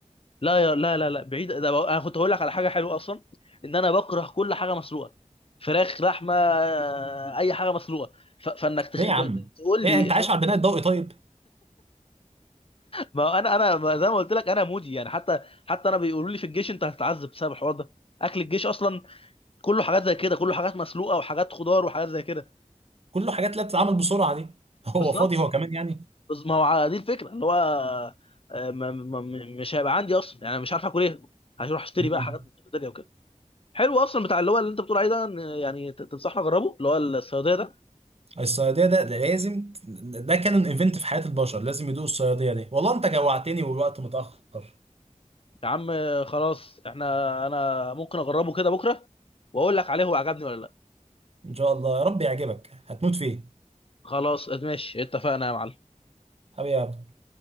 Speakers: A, on the left (about 45°); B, on the right (about 50°).
A: لا يا... لا لا لا بعيد ده بقى... انا كنت هقول لك على حاجه حلوه اصلا ان انا بكره كل حاجه مسلوقه فراخ لحمه اي حاجه مسلوقه ف... فانك تخ...
B: ايه
A: ت...
B: يا عم
A: ت- تقول
B: ايه
A: لي
B: انت
A: سمك
B: عايش على البناء الضوئي طيب
A: ما انا انا ما زي ما قلت لك انا مودي يعني حتى حتى انا بيقولوا لي في الجيش انت هتتعذب بسبب الحوار ده اكل الجيش اصلا كله حاجات زي كده كله حاجات مسلوقه وحاجات خضار وحاجات زي كده
B: كله حاجات لا تتعمل بسرعه دي <laughs> هو
A: بالظبط
B: فاضي هو كمان يعني
A: بس ما هو على دي الفكره اللي هو آه، ما ما م- مش هيبقى عندي اصلا يعني أنا مش عارف اكل ايه هروح اشتري
B: مم.
A: بقى حاجات من الكافيتيريا وكده حلو اصلا بتاع اللي هو اللي انت بتقول عليه ده إن يعني ت- تنصحني اجربه اللي هو الصياديه ده
B: الصياديه ده ده لازم ده كان ان ايفنت في حياه البشر لازم يدوق الصياديه دي والله انت جوعتني والوقت متاخر
A: يا عم آه، خلاص احنا انا ممكن اجربه كده بكره واقول لك عليه هو عجبني ولا لا
B: ان شاء الله يا رب يعجبك هتموت فيه
A: خلاص ماشي اتفقنا يا معلم
B: حبيبي يا عبد.